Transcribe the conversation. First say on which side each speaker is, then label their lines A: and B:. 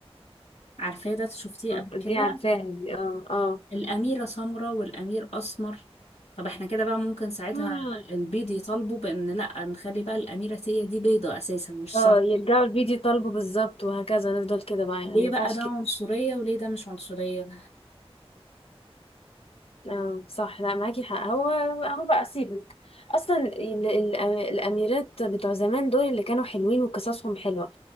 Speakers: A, on the left; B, on the left.
A: عارفاه ده شفتيه
B: آه،
A: قبل كده
B: دي عارفاها دي اه اه
A: الأميرة سمراء والأمير أسمر طب احنا كده بقى ممكن ساعتها
B: مم.
A: البيض يطالبوا بأن لأ نخلي بقى الأميرة هي دي بيضة أساسا مش
B: اه
A: سمراء
B: يرجعوا الفيديو يطالبوا بالظبط وهكذا نفضل كده بقى يعني
A: ليه
B: ما ينفعش
A: بقى ده
B: كده
A: عنصرية وليه ده مش عنصرية
B: اه صح لا معاكي حق هو هو بقى سيبك اصلا ال- ال- الاميرات بتوع زمان دول اللي كانوا حلوين وقصصهم حلوه